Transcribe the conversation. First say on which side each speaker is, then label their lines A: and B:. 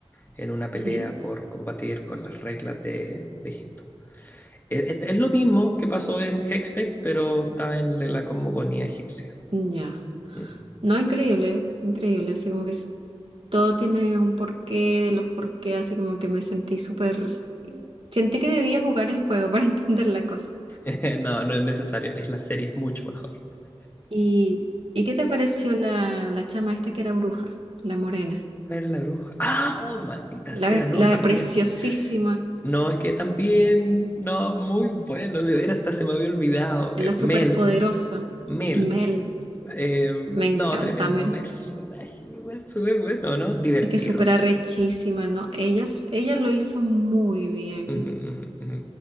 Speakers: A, on the left; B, on the right.
A: en una pelea
B: ¿Qué?
A: por combatir con las reglas de, de Egipto. Es, es- es lo mismo que pasó en Hextech, pero está en la cosmogonía egipcia.
B: Ya.
A: Mm.
B: No, increíble, increíble, así como que s- todo tiene un porqué, de los porqué, así como que me sentí súper... Sentí que debía jugar el juego <laughs> para entender la cosa.
A: <laughs> No, no es necesario. Es la serie, es mucho mejor.
B: ¿Y, ¿y qué te pareció la, la chama esta que era bruja, la morena?
A: ¿Cuál era la bruja? ¡Ah! ¡Oh, maldita
B: La,
A: sea! No,
B: la
A: también.
B: preciosísima,
A: No, es que también. No, muy bueno. De ver hasta se me había olvidado.
B: la
A: Eh,
B: superpoderosa,
A: Mel. Mel.
B: Mel.
A: Eh,
B: Me encanta
A: no, tremendo
B: Mel.
A: personaje. Igual súper bueno, ¿no? Divertido.
B: Es que es súper arrechísima, ¿no? Ella, s- ella lo hizo muy bien.
A: Ujú, ujú, ujú,